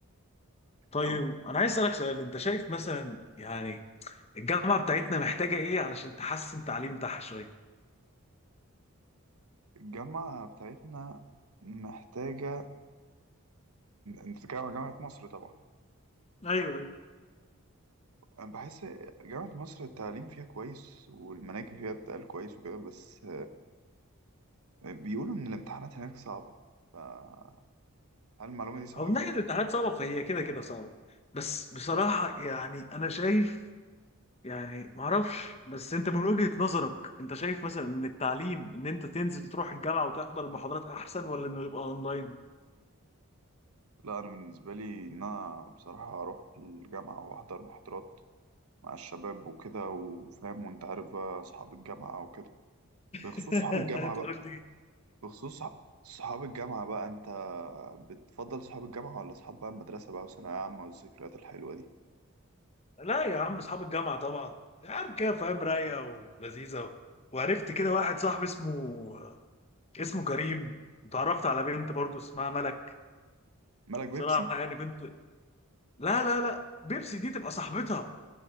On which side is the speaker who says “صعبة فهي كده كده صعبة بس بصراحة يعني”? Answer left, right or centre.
Left